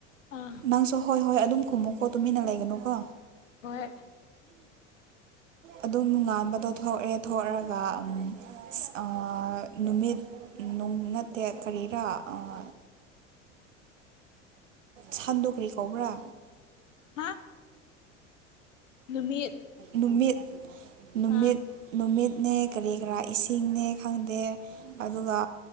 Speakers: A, on the left; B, on the right.
A: ꯑꯥ
B: ꯅꯪꯁꯨ ꯍꯣꯏ ꯍꯣꯏ ꯑꯗꯨꯝ ꯈꯨꯝꯃꯨꯀꯣ ꯇꯨꯃꯤꯟꯅ ꯂꯩꯒꯅꯨꯀꯣ
A: ꯍꯣꯏ
B: ꯑꯗꯨꯝꯉꯥꯟꯕꯗꯣ ꯊꯣꯛꯔꯦ ꯊꯣꯛꯔꯒ ꯎꯝ ꯑ ꯅꯨꯃꯤꯠ ꯅꯠꯇꯦ ꯀꯔꯤꯔꯥ ꯎꯝ ꯁꯥꯟꯗꫭ ꯀꯔꯤ ꯀꯧꯕ꯭ꯔꯥ꯫
A: ꯍꯥ ꯅꯨꯃꯤꯠ
B: ꯅꯨꯃꯤꯠ ꯅꯨꯃꯤꯠ
A: ꯑꯥ
B: ꯅꯨꯃꯤꯠꯅꯦ ꯀꯔꯤ ꯀꯔꯥ ꯏꯁꯤꯡꯅꯦ ꯈꯪꯗꯦ ꯑꯗꯨꯒ